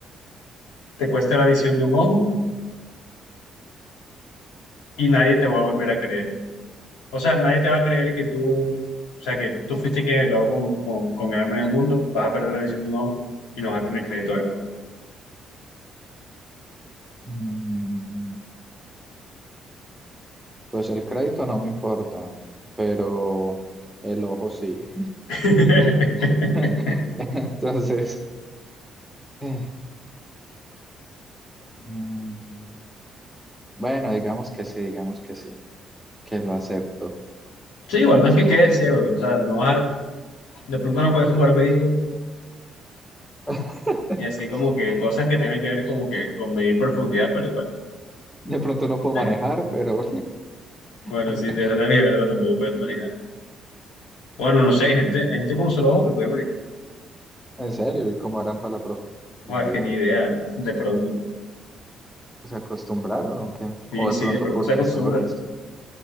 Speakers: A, on the left (about 80°); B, in the centre.
A: te cuesta la visión de un ojo y nadie te va a volver a creer. O sea, nadie te va a creer que tú, o sea, que tú fuiste quien acabó con, con, con el hambre en el mundo, vas a perder la visión de un ojo y no vas a tener crédito de nada.
B: Mm, Pues el crédito no me importa, pero el ojo sí.
A: <laughs>
B: <laughs> Entonces, eh, mm, bueno, digamos que sí, digamos que sí, que lo acepto.
A: Sí, igual, no es que quedes ciego, o sea, no vas a- de pronto no puedes jugar béisbol
B: <laughs>
A: y así como que cosas que tengan que ver como que con medir profundidad, pero igual.
B: De pronto no puedo
A: eh,
B: manejar, pero
A: bueno,
B: <laughs>
A: sí, de verdad y de verdad tampoco puedes manejar. Bueno, no sé, hay gente, hay gente con solo ojo que puede manejar.
B: en serio, ¿y cómo harán para la profundidad?
A: O es que ni idea, de pronto.
B: ¿Se acostumbraron o qué?
A: Sí,
B: O de
A: sí,
B: pronto
A: de pronto
B: por
A: se
B: sensores,
A: acostumbran.